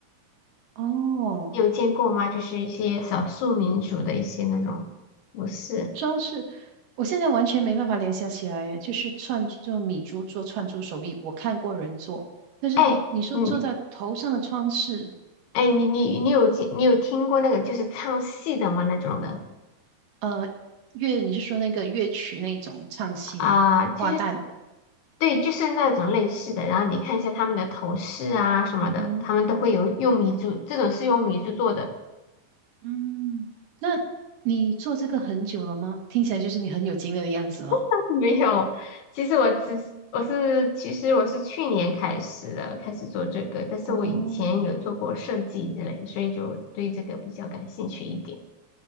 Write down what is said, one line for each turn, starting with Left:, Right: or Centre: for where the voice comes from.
Right: 哦，
Left: 你有见过吗？就是一些少数民族的一些那种服饰。
Right: 装饰，我现在完全没办法联想起来，就是串就米珠做串珠手艺，我看过人做，但是你说做在头上的装饰。
Left: 哎，嗯，哎，你你你有见你有听过那个就是唱戏的吗？那种的。
Right: 呃，乐，你是说那个乐曲那种唱戏的吗？
Left: 啊，其实
Right: 花旦，
Left: 对，就是那种类似的。然后你看一下他们的头饰啊什么的，
Right: 嗯哼，
Left: 他们都会有用米珠，这种是用米珠做的。
Right: 嗯，那你做这个很久了吗？听起来就是你很有经验的样子哦。
Left: <laughs> 没有，其实我只是我是其实我是去年开始的，开始做这个，但是我以前有做过设计之类，
Right: 哦，
Left: 所以就对这个比较感兴趣一点，